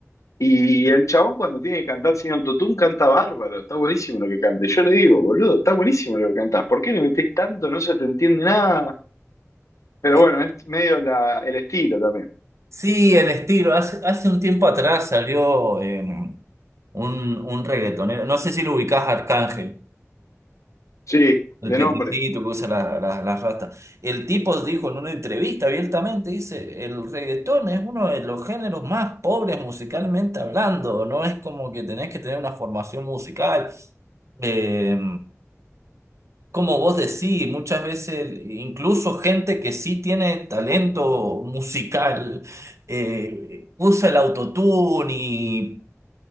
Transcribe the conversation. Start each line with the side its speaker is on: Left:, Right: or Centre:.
Left: Y el chabón cuando tiene que cantar sin autotune canta bárbaro, está buenísimo lo que canta. Y yo le digo, boludo, está buenísimo lo que cantás. ¿Por qué le metés tanto? No se te entiende nada. Pero
Right: Eh,
Left: bueno, es medio la, el estilo también.
Right: Sí, el estilo. Hace, hace un tiempo atrás salió eh, un, un reggaetonero, no sé si lo ubicás, Arcángel.
Left: Sí,
Right: El
Left: de
Right: peticito
Left: nombre.
Right: que usa la, la, la rasta. El tipo dijo en una entrevista abiertamente, dice, el reggaetón es uno de los géneros más pobres musicalmente hablando, no es como que tenés que tener una formación musical. Eh, como vos decís, muchas veces incluso gente que sí tiene talento musical eh, usa el autotune y